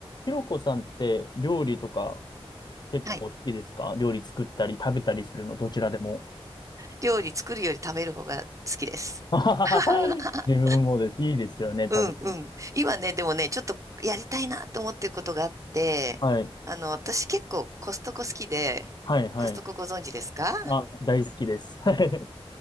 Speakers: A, on the left (about 45°); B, on the right (about 30°).
A: ひろこさんって料理とか結構好きですか料理作ったり食べたりするのどちらでも。
B: はい。料理作るより食べる方が好きです。
A: <laughs> あははは
B: <laughs>
A: 自分もです。いいですよね、
B: うんうん。
A: 食べる。
B: 今ね、でもね、ちょっとやりたいなと思ってることがあって、
A: はい。
B: あの、私結構コストコ好きで、
A: はい、はい。
B: コストコご存知ですか
A: あ、大好きです。<laughs> はい。